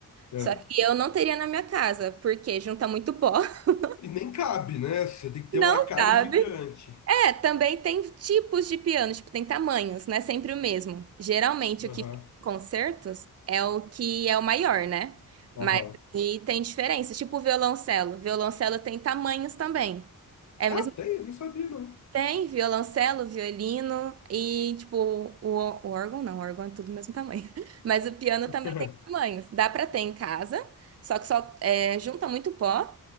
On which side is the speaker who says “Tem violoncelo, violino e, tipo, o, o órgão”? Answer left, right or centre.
Right